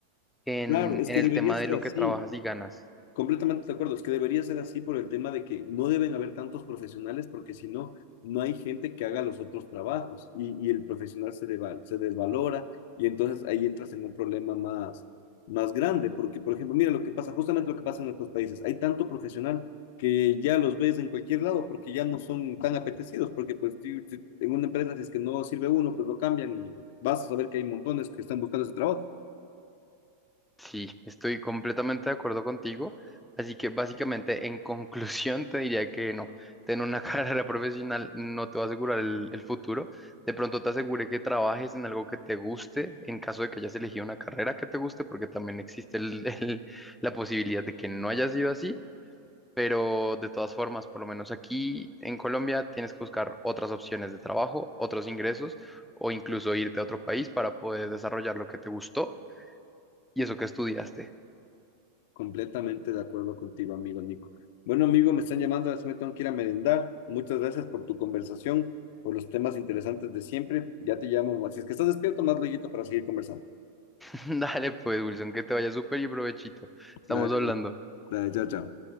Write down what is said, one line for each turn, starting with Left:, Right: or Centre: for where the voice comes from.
Centre: en,
Left: Claro, es
Centre: en
Left: que
Centre: el
Left: debería
Centre: tema
Left: ser
Centre: de lo
Left: así.
Centre: que trabajas y ganas.
Left: Completamente de acuerdo, es que debería ser así por el tema de que no deben haber tantos profesionales porque si no, no hay gente que haga los otros trabajos y, y el profesional se, deva- se desvalora y entonces ahí entras en un problema más, más grande porque, por ejemplo, mira lo que pasa, justamente lo que pasa en nuestros países, hay tanto profesional que ya los ves en cualquier lado porque ya no son tan apetecidos porque pues tú- tú- en una empresa si es que no sirve uno, pues lo cambian y vas a saber que hay montones que están buscando ese trabajo.
Centre: Sí, estoy completamente de acuerdo contigo. Así que básicamente, en <laughs> conclusión, te diría que no, tener una <laughs> carrera profesional no te va a asegurar el, el futuro. De pronto te asegure que trabajes en algo que te guste, en caso de que hayas elegido una carrera que te guste, porque también existe el- <laughs> el- la posibilidad de que no haya sido así. pero de todas formas, por lo menos aquí en Colombia, tienes que buscar otras opciones de trabajo, otros ingresos o incluso irte a otro país para poder desarrollar lo que te gustó y eso que estudiaste.
Left: Completamente de acuerdo contigo, amigo Nico. Bueno, amigo, me están llamando, así me tengo que ir a merendar. Muchas gracias por tu conversación, por los temas interesantes de siempre. Ya te llamo, si es que estás despierto, más luego para seguir conversando.
Centre: <laughs> Dale pues, Wilson, que te vaya súper y provechito. Estamos
Left: Dale,
Centre: hablando.
Left: dale, chao, chao.